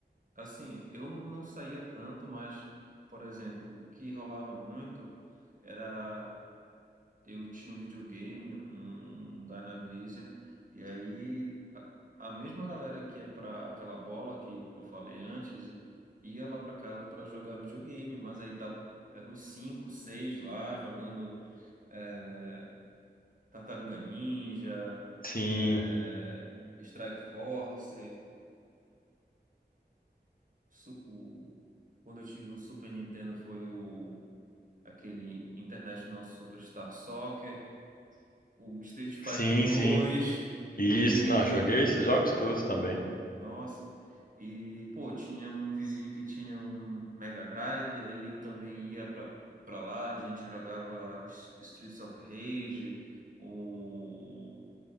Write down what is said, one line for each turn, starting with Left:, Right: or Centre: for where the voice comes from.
Right: Assim, eu não não saía tanto, mas, por exemplo, o que rolava muito. Era eu tinha um videogame, um Dynavision, e aí a, a mesma galera que ia pra aquela bola que eu falei antes ia lá pra casa pra jogar videogame, mas aí tava eram uns 5, 6 lá jogando é, Tartaruga Ninja,
Left: Sim,
Right: é, Strike Force, su- o- quando eu tive o Super Nintendo foi o aquele International Superstar Soccer. o Street Fighter
Left: sim,
Right: 2
Left: sim. Isso,
Right: e
Left: não, joguei esses jogos todos
Right: pô,
Left: também.
Right: nossa. E pô, tinha um vizinho que tinha um Mega Drive, aí eu também ia pra, pra lá, a gente jogava S- Streets of Rage, o